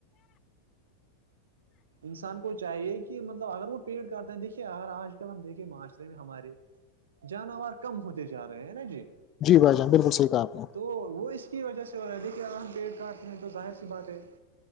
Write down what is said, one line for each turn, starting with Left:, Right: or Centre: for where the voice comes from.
Right: انسان کو چاہیے کہ مطلب اگر وہ پیڑ کرتے ہیں دیکھیے اگر آج ہم دیکھے معاشرے میں ہمارے جانور کم ہوتے جا رہے ہیں نا جی
Left: جی بھائی جان بالکل صح کہ آپ نے
Right: تو وہ اس کی وجہ سے ہو رہا ہے دیکھیے اگر ہم پیڑ کاٹتے ہیں تو ظاہر سی بات ہے